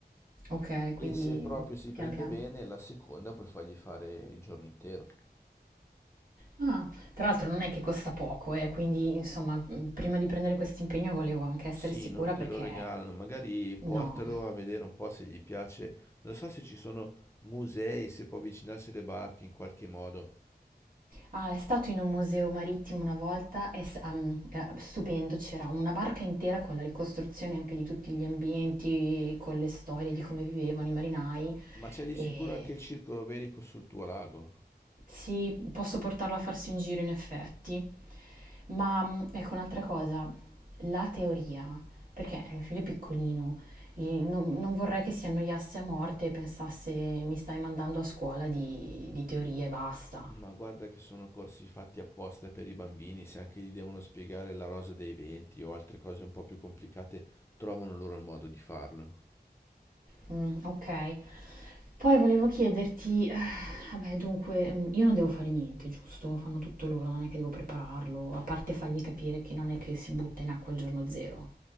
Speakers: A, on the right; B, on the left.
A: Ok, quindi
B: e se proprio si
A: piano
B: prende
A: piano.
B: bene, la seconda puoi fargli fare il giorno intero.
A: Ah, tra l'altro non è che costa poco, eh, quindi insomma, prima di prendere questo impegno volevo anche essere
B: Sì,
A: sicura
B: non te
A: perché
B: lo regalano, magari portalo
A: no.
B: a vedere un po' se gli piace. Non so se ci sono musei, se può avvicinarsi alle barche in qualche modo,
A: Ah, è stato in un museo marittimo una volta, è s- am- era stupendo, c'era una barca intera con la ricostruzione anche di tutti gli ambienti, con le storie di come vivevano i marinai.
B: ma c'è di
A: E
B: sicuro anche il circolo velico sul tuo lago.
A: sì, posso portarlo a farsi un giro in effetti. Ma mm, ecco un'altra cosa, la teoria, perché è un figlio è piccolino, il- non, non vorrei che si annoiasse a morte e pensasse mi stai mandando a scuola di, di teoria e basta.
B: Ma guarda che sono corsi fatti apposta per i bambini, se anche gli devono spiegare la rosa dei venti o altre cose un po' più complicate, trovano loro il modo di farlo.
A: Mh, okay. Poi volevo chiederti, eh, vabbè dunque, mhmm, io non devo fare niente, giusto? Fanno tutto loro, non è che devo prepararlo, a parte fargli capire che non è che si butta in acqua il giorno zero.